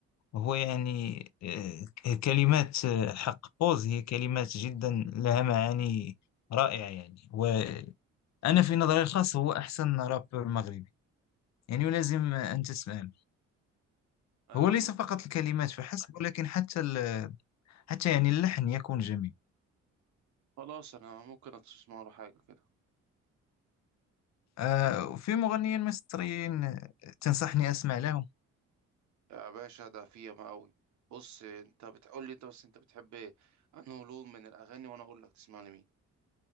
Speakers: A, on the left (about 65°); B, on the right (about 70°).
A: هو يعني آه، كلمات آه، حق بوز هي كلمات جدا لها معاني رائعة يعني وأنا في نظري الخاص هو أحسن رابر مغربي يعني ولازم آه، أن تسمع له. هو
B: آم،
A: ليس فقط الكلمات فحسب ولكن حتى ال- حتى يعني اللحن يكون جميل
B: خلاص انا ممكن اسمع له حاجه كده
A: آه، في مغنيين مصريين آه، تنصحني أسمع لهم
B: يا باشا ده في ياما قوي بص انت بتقول لي انت بس انت بتحب إيه؟ انه لون من الاغاني وانا اقول لك تسمع لمين